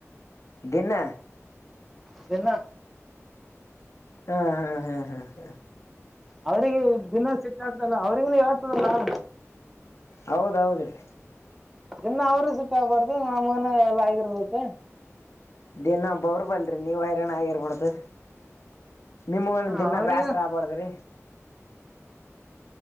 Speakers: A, on the left; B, in the centre.
A: ದನ್ನ <unintelligible>
B: ಇದನ್ನ
A: ಹಾ ಹಾ ಹಾ ಹಾ ಹ
B: ಅವ್ರಿಗೆ ದಿನ ಸಿಟ್ಟ ಆಗ್ತಲ್ಲ ಅವ್ರಗನ ಆಗ್ತದಲ್ಲ <unintelligible>
A: ಹೌದೌದ್ರೀ
B: ಇನ್ನು ಅವ್ರೂ ಸುಟ್ಟಾಗಬಾರ್ದು ನಮಗನ ಎಲ್ಲ ಆಗಿರ್ಬೇಕು
A: ಇದೇನು ಹಬ್ಬ ಅವ್ರ ಬಲ್ರರಿ ನೀವ ಹೈರಾಣ ಆಗಿರ್ಬಡ್ದು ನಿಮ್ಮ
B: ಹ
A: ದಿನ
B: ಅವ್ರಿಗೆ
A: ಬೇಾಸರ ಆಬಾಾರ್ದ್ರಿ <unintelligible>